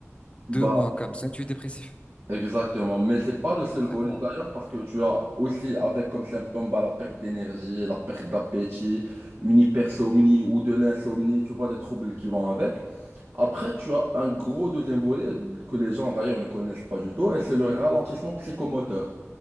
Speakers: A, on the right; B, on the left.
A: bah,
B: Deux mois comme ça, tu es dépressif.
A: Exactement, mais c'est pas le seul volet
B: D'accord,
A: d'ailleurs parce que tu as aussi avec comme symptôme bah, la perte d'énergie, la perte d'appétit, une hypersomnie ou de l'insomnie, tu vois, des troubles qui vont avec. Après, tu as un gros deuxième volet que les gens d'ailleurs ne connaissent pas du tout et c'est le ralentissement psychomoteur